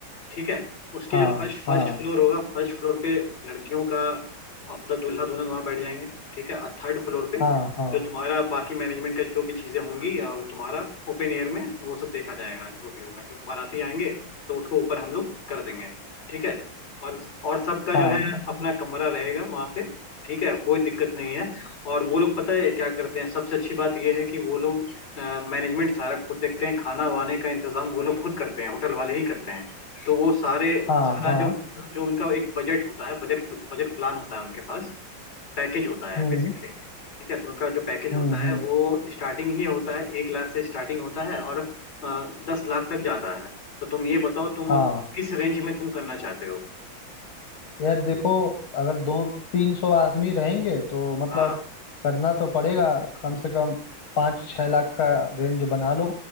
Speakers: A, on the left (about 60°); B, on the left (about 85°).
A: ठीक है उसके
B: हाँ
A: जो फर्स्ट फर्स्ट
B: हाँ
A: फ्लोर होगा फर्स्ट फ्लोर पे लड़कियों का अ, मतलब दूल्हा दुल्हन वहाँ बैठ जाएंगे ठीक है और थर्ड फ्लोर पे
B: हाँ हाँ
A: जो तुम्हारा बाकी मैनेजमेंट का जो भी चीजें होंगी और तुम्हारा ओपन एयर में वो सब देखा जाएगा जो भी होगा जो बाराती आएंगे तो उसको ऊपर हम लोग कर देंगे ठीक है और और सबका
B: हाँ
A: जो
B: हाँ
A: है अपना कमरा रहेगा वहाँ पे ठीक है कोई दिक्कत नहीं है और वो लोग पता है क्या करते हैं सबसे अच्छी बात ये है कि वो लोग मैनेजमेंट सारा खुद देखते हैं खाना वाने का इंतजाम वो लोग खुद करते हैं होटल वाले ही करते हैं तो वो सारे
B: हाँ
A: सारा
B: हाँ
A: जो जो उनका एक बजट होता है बजट बजट प्लान होता है उनके पास पैकेज होता है
B: हम्म
A: बेसिकली ठीक है तो उनका जो पैकेज
B: हम्म
A: होता है
B: हम्म
A: वो स्टार्टिंग ही होता है एक लाख से स्टार्टिंग होता है और अ, दस लाख तक जाता है तो तुम ये बताओ तुम
B: हाँ
A: किस रेंज में तुम करना चाहते हो
B: यार देखो अगर दो तीन सौ आदमी रहेंगे तो मतलब
A: हाँ
B: करना तो पड़ेगा कम से कम पाँच छः लाख का रेंज बना लो